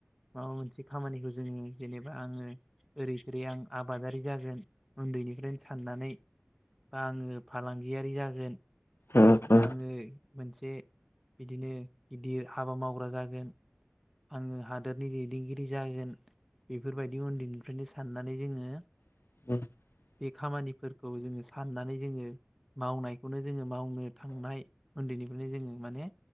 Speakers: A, in the centre; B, on the left.
A: माबा मोनसे खामानिखौ जोङो जेनेबा आङो ओरै ओरै आं आबादारि जागोन उन्दैनि ओफ्रायनो साननानै बा आङो फालांगियारि जागोन।
B: ओ ओ
A: आङो मोनसे बिदिनो गिदिर हाबा मावग्रा जागोन। आङो हादोरनि दैदेनगिरि जागोन। बेफोरबायदि उन्दैनिफ्रायनो साननानै जोङो
B: <inaudible>
A: बे खामानिफोरखौ जोङो साननानै जोङो मावनायखौनो जोङो मावनो थांनाय उन्दैनिफ्रायनो जोङो माने